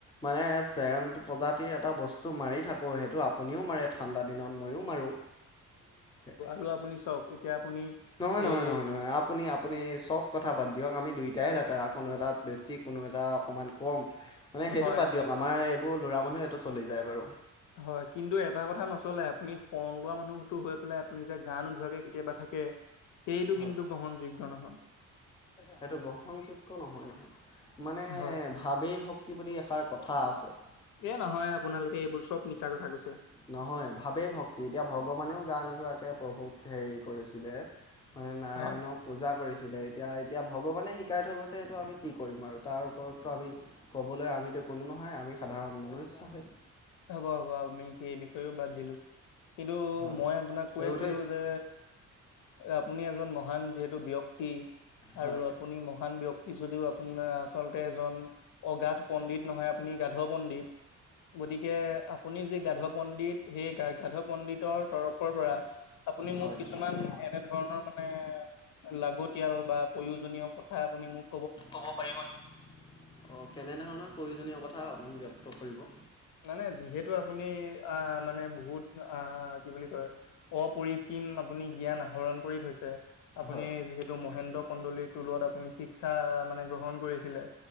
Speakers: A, on the left; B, on the left.
A: মানে চেন প্ৰজাতিৰ এটা বস্তু মাৰি থাকো সেইটো আ আপুনিও মাৰে ঠাণ্ডা দিনত ময়ো মাৰোঁ সে
B: টো আপুনি চাওঁক এতিয়া আপুনি
A: নহয় নহয়
B: এই
A: নহয় নহয় আপুনি আপ পুনি চব কথা বাদ দিয়ক আমি দুইটাই লেতেৰা কোনো এটাত বেছি, কোনো এটা অকণমান কম মানে সেইটো
B: হয়
A: বাদ দিয়ক আমাৰ এইবোৰ ল'ৰা মানুহে এইটো চলি যায় বাৰু
B: হয় কিন্তু এটা কথা নচলে আপুনি শন লোৱা মানুহতো হৈ পেলাই আপুনি যে গা নোধোৱাকে কেতিয়াবা থাক কে সেইটো
A: হয়।
B: কিন্তু গ্ৰহণযোগ্য নহয়।
A: সেইটো গ্ৰহণযোগ্য নহয় নহয় মানে
B: হয়
A: ভাৱেই ভক্তি বুলি এষাৰ কথা আছে
B: এ নহয় আপোনালোকে এইবোৰ চব মিছা কথা কৈছে
A: নহয় ভাৱেই ভক্তি এতিয়া ভগৱানেও গা নোধোৱাকে প্ৰভুক হেৰি কৰিছিলে মানে নাৰায়ণক
B: হয়
A: পূজা কৰিছিলে। এতিয়া এতিয়া ভগৱানে শিকাই থৈ গৈছে এইটো আমি কি কৰিম আৰু তাৰ ওপৰতো আমি ক'বলৈ আমিতো কোনো নহয়, আমি সাধাৰণ মনুষ্য হে
B: হ'ব হ'ব আমি সেই বিষয়েও বাদ দিলোঁ। কিন্তু
A: হয়
B: মই আপোনাক কৈ
A: এই
B: আছিলোঁ
A: উঠৈ
B: যে আপুনি এজন মহান যিহেতু ব্যক্তি
A: হয়
B: আৰু আপুনি মহান ব্যক্তি যদিও আপুনি মানে আচলতে এজন অগাধ পণ্ডিত নহয় আপুনি গাধ পণ্ডিত গতিকে আপুনি যে গাধ পণ্ডিত, সেই গা গাধ পণ্ডিতৰ তৰফৰ পৰা আপুনি মোক
A: হয়।
B: কিছুমান এনে ধৰণৰ মা নে লাগতিয়াল বা প্ৰয়োজনীয় কথা আপুনি মোক
A: ক'ব পাৰিব। অ কেনেধৰণৰ প্ৰয়োজনীয় কথা অকণ ব্যক্ত কৰিব
B: মানে যিহেতু আপুনি আ মানে বহুত আ কি বুলি কয় অপৰিসীম আপুনি জ্ঞান আহৰণ কৰি থৈছে আপুনি
A: হয়
B: যিহেতু মহেন্দ্ৰ কন্দলিৰ টোলত আপুনি শিক্ষা মানে গ্ৰহণ কৰিছিলে